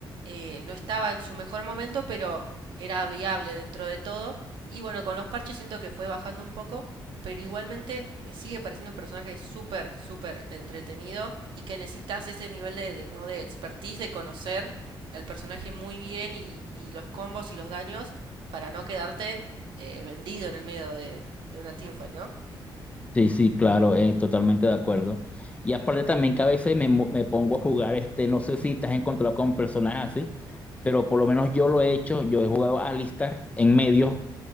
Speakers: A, on the right; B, on the left.
A: eh, no estaba en su mejor momento, pero era viable dentro de todo. Y bueno, con los parches siento que fue bajando un poco, pero igualmente me sigue pareciendo un personaje súper, súper entretenido y que necesitas ese nivel de, de- ¿no? de expertise, de conocer al personaje muy bien y, y los combos y los daños para no quedarte eh, vendido en el medio de, de una teamfight, ¿no?
B: Sí, sí, claro, eh, totalmente de acuerdo. Y aparte también que a veces me, mo- me pongo a jugar, este, no sé si te has encontrado con personajes así, pero por lo menos yo lo he hecho, yo he jugado a Alistar en medio,